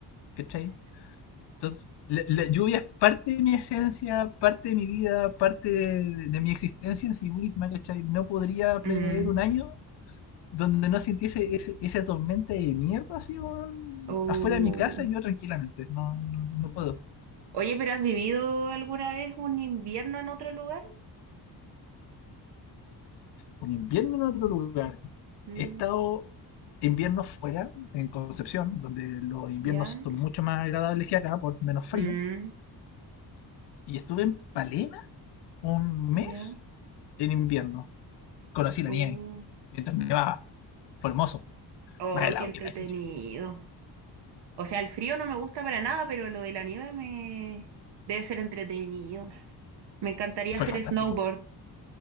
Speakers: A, on the left; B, on the right.
A: ¿cachai? Entonces, la, la lluvia es parte de mi esencia, parte de mi vida, parte de, de- de mi existencia en sí misma, ¿cachai? No podría prever
B: Mm.
A: un año donde no sintiese ese- esa tormenta de mierda así, weón,
B: Oh.
A: afuera de mi casa y yo tranquilamente. No, no, no puedo.
B: Oye, pero ¿has vivido alguna vez un invierno en otro lugar?
A: Un invierno en otro lugar.
B: Mm.
A: He estado inviernos fuera, en Concepción, donde los inviernos
B: ¿Ya?
A: son mucho más agradables que acá, por menos frío.
B: Mm.
A: Y estuve en Palena un mes
B: ¿Ya?
A: en invierno. Conocí la
B: Oh.
A: nieve mientras nevaba. Fue hermoso.
B: Oh,
A: Más helado
B: qué entretenido.
A: que la chucha.
B: O sea, el frío no me gusta para nada, pero lo de la nieve me debe ser entretenido. Me encantaría
A: Fue
B: hacer
A: fantástico.
B: snowboard.